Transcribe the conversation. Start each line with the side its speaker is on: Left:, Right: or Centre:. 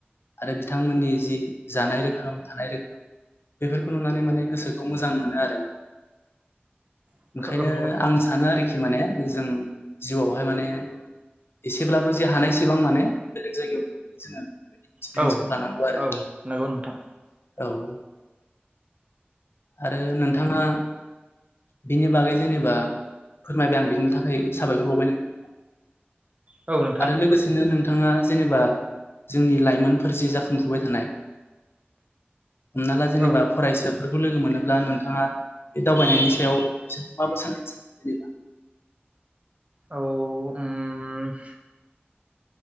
Left: आरो बिथांमोननि जि जानाय रोखोम थानाय रोखोम बेफोरखौ नुनानै माने गोसोखौ मोजां मोनो आरो।
Right: औ
Left: ओंखायनो आं सानो आरोखि माने जों जिउआवहाय माने एसेब्लाबो जे हानायसेबां माने बेलेग जायगायाव जोङो एक्सपिरियेन्सखौ
Right: औ
Left: लानांगौ आरो
Right: औ नंगौ नोंथां
Left: औ। आरो नोंथाङा बिनि बागै जेनेबा फोरमायबाय आं बिनि थाखाय साबायखर बावबाय नोंथांखौ।
Right: औ नोंथां
Left: आरो लोगोसेनो नों नोंथाङा जेनेबा जोंनि लाइमोनफोर जि जाखांफुबाय थानाय हमना ला जेनेबा
Right: औ
Left: फरायसा खौ लोगो मोनोब्ला नोंथाङा बे दावबायनायनि सायाव बिसोरखौ माबा सान सान जेनेबा
Right: औ उम